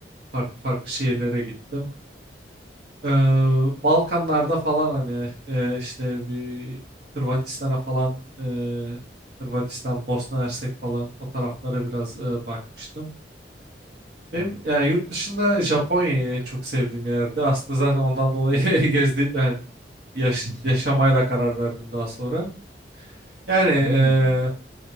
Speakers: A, on the right; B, on the right.
A: farklı farklı şehirlere gittim. Ee, Balkanlarda falan hani e, işte bir Hırvatistan'a falan e, Hırvatistan, Bosna Hersek falan o taraflara biraz e, bakmıştım. Benim
B: Hmm.
A: yani yurt dışında Japonya'yı en çok sevdiğim yerdi. Aslında zaten ondan dolayı <laughs> gezdim yani
B: <laughs>
A: yaş- yaşamaya da karar verdim daha sonra. Yani e,
B: Hmm.